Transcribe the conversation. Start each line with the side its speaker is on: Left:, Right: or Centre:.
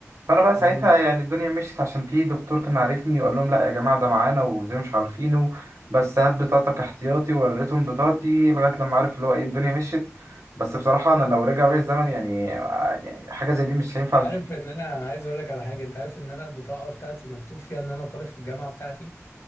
Right: فانا بقى ساعتها
Left: امم
Right: يعني الدنيا مشيت عشان في دكتور كان عارفني يقول لهم لا يا جماعه ده معانا وزي مش عارفينه بس هات بطاقتك احتياطي ووريتهم بطاقتي لغايه لما عارف اللي هو ايه الدنيا مشيت بس بصراحه انا لو رجع بيا الزمن يعني آه، يعني حاجه زي دي مش هينفع
Left: انت عارف ان انا عايز اقول لك على حاجة انت عارف ان انا البطاقة بتاعتي مكتوب فيها ان انا طالب في الجامعة بتاعتي